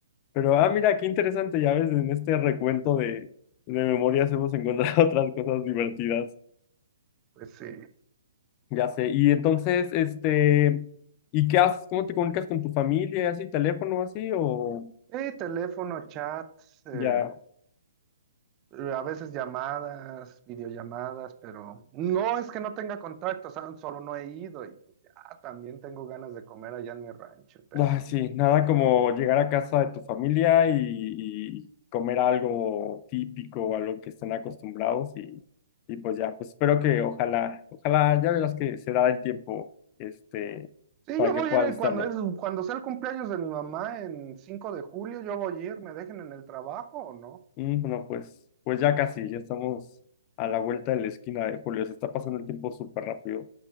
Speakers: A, on the left; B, on the right.
A: Pero, ah, mira, qué interesante, ya ves, en este recuento de, de memorias hemos encontrado <laughs> otras cosas divertidas.
B: Pues sí.
A: Ya sé. Y entonces, este, ¿y qué haces? ¿Cómo te comunicas con tu familia? ¿Así, teléfono, así? O
B: Eh, teléfono, chats, eh,
A: ya,
B: a veces llamadas, videollamadas, pero no es que no tenga contacto, o sea, solo no he ido y pues ya también tengo ganas de comer allá en mi rancho, pero
A: ah, sí, nada como llegar a casa de tu familia y, y comer algo típico o a que estén acostumbrados y, y pues ya, pues espero que ojalá, ojalá ya verás que se da el tiempo, este,
B: sí,
A: para
B: yo
A: que
B: voy
A: puedas
B: a ir eh,
A: visitarlo.
B: cuando es, cuando sea el cumpleaños de mi mamá en 5 de julio, yo voy a ir, ¿me dejen en el trabajo o no?
A: Mm, No, pues, pues ya casi, ya estamos a la vuelta de la esquina de Julio, se está pasando el tiempo súper rápido.